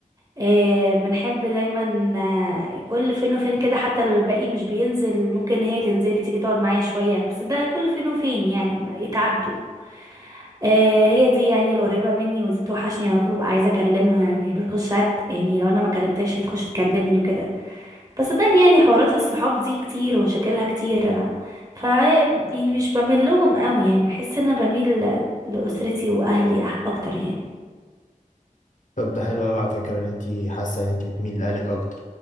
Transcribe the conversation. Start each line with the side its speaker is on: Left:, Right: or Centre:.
Right: آه بنحب دايما آه، كل فين وفين كده حتى لو الباقي مش بينزل ممكن هي تنزلي تيجي تقعد معايا شويه بس ده كل فين وفين يعني ما يتعدوا آه هي دي يعني القريبه مني ودي بتوحشني على طول ببقى عايزه اكلمها هي بتخش ساعات يعني لو انا ما كلمتهاش هي تخش تكلمني وكده بس صدقني يعني حوارات الصحاب دي كتير ومشاكلها كتير انا ف يعني مش بميل لهم قوي يعني احس ان انا بميل ل- لاسرتي واهلي أح- اكتر يعني
Left: طب ده حلو قوي على فكرة ان انت حاسة ان انت بتميل لأهلك اكتر